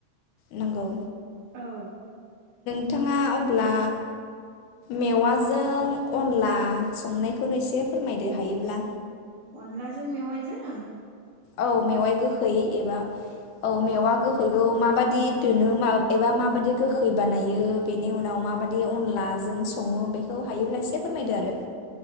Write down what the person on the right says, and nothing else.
औ।
अनलाजों मेवाइजों
अ